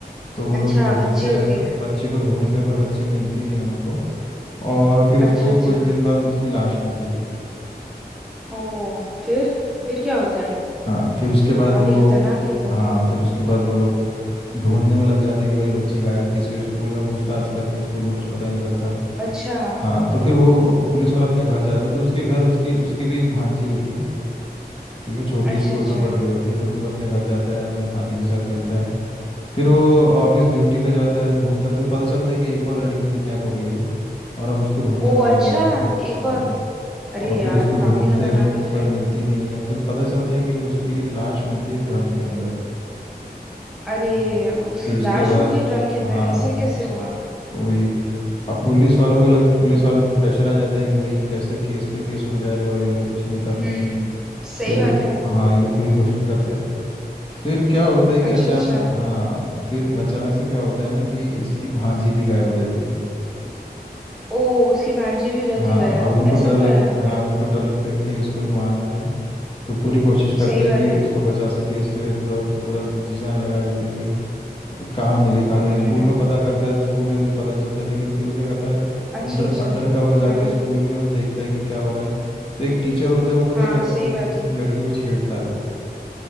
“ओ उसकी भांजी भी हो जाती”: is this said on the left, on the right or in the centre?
Centre